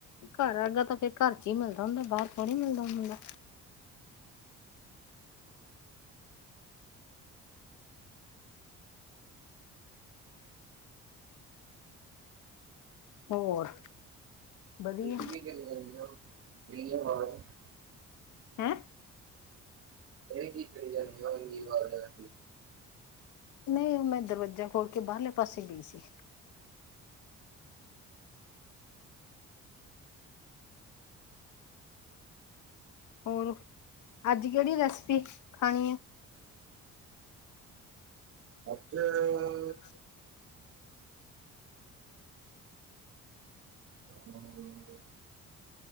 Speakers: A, on the left; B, on the right.
A: ਘਰ ਅਰਗਾ ਤਾਂ ਫਿਰ ਘਰ ਚ ਹੀ ਮਿਲਦਾ ਹੁੰਦਾ ਬਾਹਰ ਥੋੜ੍ਹੀ ਮਿਲਦਾ ਹੁੰਦਾ। ਹੋਰ <inaudible> ਵਧੀਆ
B: <unintelligible>
A: ਹੈਂ?
B: ਇਹ ਕਿ ਕਰੀ ਜਾਂਦੇ ਉ ਏਣੀ ਵਾਰ <unintelligible>
A: ਨਹੀਂ ਉਹ ਮੈਂ ਦਰਵਾਜਾ ਖੋਲ ਕੇ ਬਾਹਰਲੇ ਪਾਸੇ ਗਈ ਸੀ। ਹੋਰ ਅੱਜ ਕਿਹੜੀ ਰੈਸਿਪੀ ਖਾਣੀ ਏ?
B: ਆਜ ਅ
A: ਠੀਕ ਕਰਿਆ। <unintelligible> <inaudible>
B: ਗੰਦ ਮੰਦ ਦੇਣਗੇ। <unintelligible>